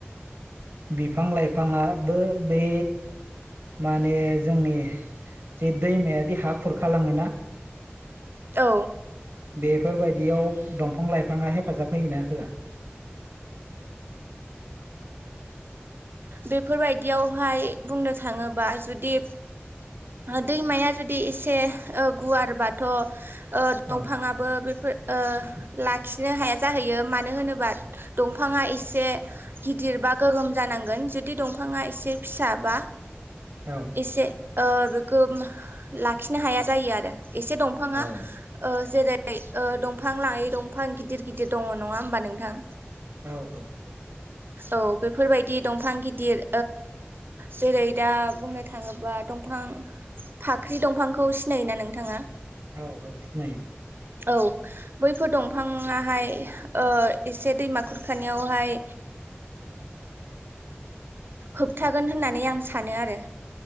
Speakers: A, on the right; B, on the right.
A: बिफां लाइफाङाबो बे माने जोंनि जि दैमायादि हा खुरखालाङोना
B: औ।
A: बेफोरबायदि याव दंफां लाइफाङा हेफाजाब होयोना होआ
B: बेफोरबायदियावहाय बुंनो थाङोबा जुदि दैमाया जुदि एसे गुवार बाथ' दंफाङाबो
A: औ
B: बेफोर लाखिनो हाया जाहैयो मानो होनोबा दंफाङा एसे गिदिर बा गोगोम जानांगोन जुदि दंफाङा एसे फिसााबा
A: औ
B: एसे बेखौ लाखिनो हाया जायो आरो एसे दंफाङा
A: औ
B: जेरै दंफां लाङै दंफां गिदिर गिदिर दङ नङा होमबा नोंथां
A: औ औ।
B: औ बेफोरबायदि दंफां गिदिर जेरै दा बुंनो थाङोबा दंफां फाख्रि दंफांखौ सिनायोना नोंथाङा
A: औ औ सिनायो
B: औ बैफोर दंफाङाहाय एसे दैमा खुरखानायावहाय होबथागोन होननानै आं सानो आरो